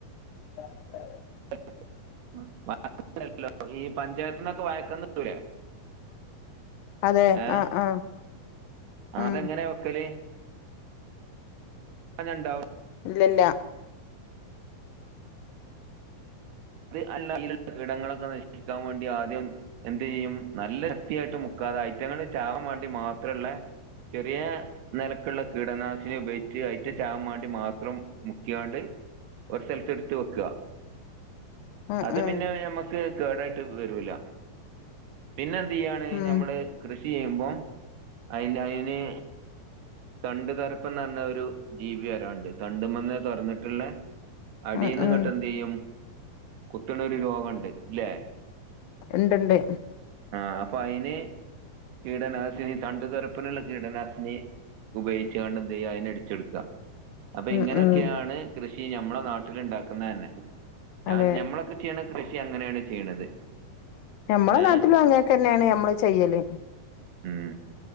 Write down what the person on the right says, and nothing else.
<unintelligible>
ഏഹ്
അതെങ്ങനെ വെക്കല് <unintelligible>
അതല്ല അതിലുള്ള കീടങ്ങളൊക്കെ നശിക്കാൻ വേണ്ടി ആദ്യം എന്ത് ചെയ്യും നല്ല ശക്തിയായിട്ട് മുക്കാതെ ഐറ്റങ്ങൾ ചാവം വേണ്ടി മാത്രമുള്ള ചെറിയ നിരക്കുള്ള കീടനാശിനി ഉപയോഗിച്ച് അതിൻ്റെ ചാവാൻ വേണ്ടി മാത്രം മുക്കിയാണ്ട് ഒരു സ്ഥലത്ത് എടുത്ത് വെക്ക
അത്
പിന്നെ ഞമ്മക്ക് കേടായിട്ട് വരൂല പിന്നെന്ത് ചെയ്യാണ്
ഞമ്മക്ക് കൃഷി ചെയ്യുമ്പോം അതിൻ്റെ അതിന് തണ്ട് തരപ്പം തന്നെ ഒരു ജീവി വരാൻണ്ട് തണ്ടും വന്നേ തുറന്നിട്ടുള്ള അഡീന്ന്ങ്ങോട്ട്
എന്ത് ചെയ്യും കുത്തണരു രോഗം ഉണ്ടല്ലേ
ആഹ് അപ്പൊ അയിന് കീടനാശിനി തണ്ടുതറപ്പനുള്ള കീടനാശിനി ഉപയോഗിക്കണ്ട് എന്ത് ചെയ്യുക അതിനെ അടിച്ചെടുക്കാം അപ്പൊ
ഇങ്ങനെയൊക്കെയാണ്
കൃഷി നമ്മളുടെ നാട്ടിലുണ്ടാക്കുന്നത് വെക്കുന്നെ തന്നെ ഞാൻ
ഞമ്മളൊക്കെ ചെയ്യണ കൃഷി അങ്ങനെയാണ് ചെയ്യണത്
ഏഹ്
ഉം